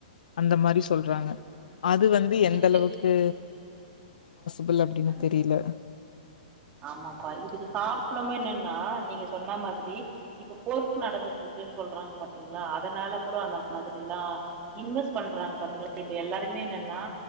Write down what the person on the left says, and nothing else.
அந்த மாரி சொல்றாங்க
அது வந்து எந்தளவுக்கு
பில் அப்டின்
தெரிய்ல